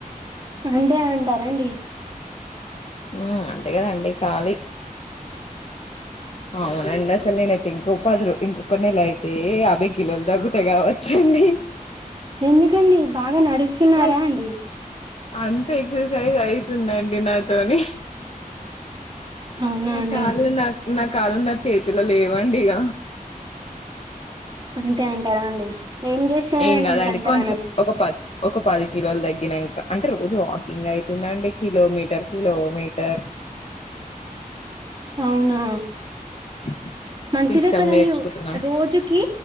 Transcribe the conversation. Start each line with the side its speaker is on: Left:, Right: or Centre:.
Right: అంతే అంటారంండి
Left: ఆ అంతే కదండి కాళీ అవునండి అసలు నేనే అయితే ఎక్కు పాదురు ఇంకొక నెల అయితే యాభై కిలోలు తగ్గుత కావచ్చండి
Right: ఎందుకండి బాగా నడుస్తున్నారా
Left: అ
Right: అండి
Left: అంత ఎక్ససైజ్ అయి తుందండి నాతోని
Right: అవునా
Left: నా
Right: అండి
Left: కాళ్ళు లాగ్ కాల్లు నా చేతిలో లేవండి ఇక
Right: అంతే అంటారా అండి ఏం చేస్తరండి
Left: ఏం కాదండి
Right: మీర అంతగానం
Left: కొంచెం ఒక పది ఒక పది కిలోలు తగ్గినంక అంటే రోజు వాకింగ్ అయితుందండి కిలోమీటర్ కిలోమీటర్ <inaudible>
Right: అవునా
Left: <inaudible>
Right: మంచిదే
Left: సిస్టమ్
Right: కదండి
Left: నేర్చుకుంటున్నాను
Right: రోజుకి